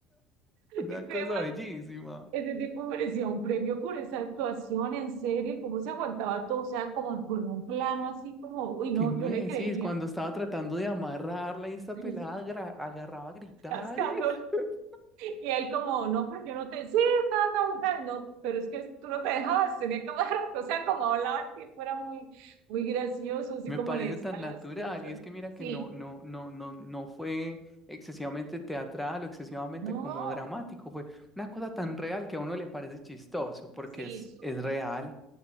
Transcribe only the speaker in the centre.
Una
cosa
bellísima.
¿Qué
me
decís? Cuando estaba tratando de amarrarla y esta pelada
agra- agarraba a gritar.
y- <laughs>
Me
parece
tan
natural.
Y es que mira que
no, no, no, no, no fue excesivamente teatral o excesivamente
como dramático. Fue una cosa tan real que a uno le parece chistoso porque
es,
es real.